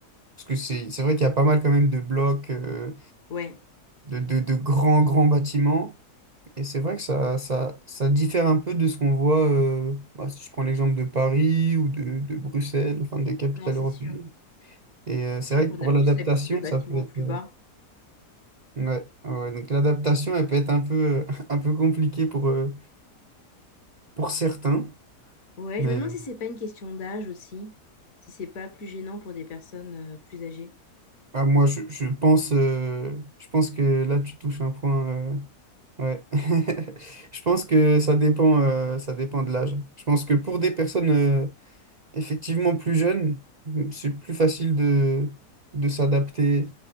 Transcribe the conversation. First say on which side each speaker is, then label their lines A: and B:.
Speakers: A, on the right; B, on the left.
A: Parce que c'est, c'est vrai qu'il y a pas mal quand même de blocs, euh,
B: Ouais.
A: de, de, de grands, grands bâtiments. Et c'est vrai que ça, ça, ça diffère un peu de ce qu'on voit, euh, bah, si je prends l'exemple de Paris ou de, de Bruxelles, enfin des capitales
B: Non, c'est
A: européennes.
B: sûr.
A: Et euh,
B: C'est
A: c'est
B: sûr
A: vrai
B: qu'on
A: que pour
B: a plus
A: l'adaptation,
B: l'habitude de bâtiments
A: ça peut être.
B: plus
A: euh,
B: bas.
A: ouais, ouais. Donc l'adaptation, elle peut être un peu, <laughs> un peu compliquée pour, euh, pour certains.
B: Ouais,
A: Mais
B: je me demande
A: euh,
B: si c'est pas une question d'âge aussi, si c'est pas plus gênant pour des personnes euh, plus âgées.
A: ah, moi, je, je pense, euh, je pense que là, tu touches un point. euh, ouais. <laughs> Je pense que ça dépend, euh, ça dépend de l'âge. Je pense que pour des personnes euh, effectivement plus jeunes, c'est plus facile de, de s'adapter